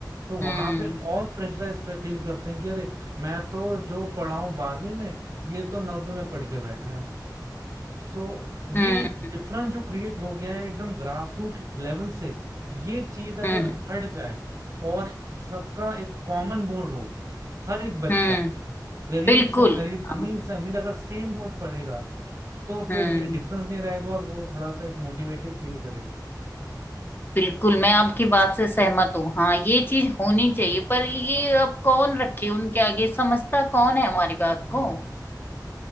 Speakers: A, on the right (about 50°); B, on the left (about 30°).
A: तो वहां
B: हम्म
A: पे और प्रेशराइज फील करते हैं कि अरे मैं तो जो पढ़ा हूं बारहवीं में ये तो नौवीं में पढ़ के बैठा है सो ये
B: हम्म
A: एक डिफरेंस जो क्रिएट हो गया है एकदम ग्रासरूट लेवल से ये चीज अगर
B: हम्म
A: हट जाए और सबका एक कॉमन बोर्ड हो हर एक बच्चा
B: हम्म
A: गरीब
B: बिल्कुल
A: से गरीब
B: हाँ,
A: अमीर से अमीर अगर सेम वोट पड़ेगा तो
B: हम्म
A: फिर ये डिफरेंस नहीं रहेगा और वो थोड़ा सा एक मोटिवेटेड फील करेगा
B: बिल्कुल मैं आपकी बात से सहमत हूँ हाँ ये चीज होनी चाहिए पर ये अब कौन रखे उनके आगे समझता कौन है हमारी बात
A: हम्म
B: को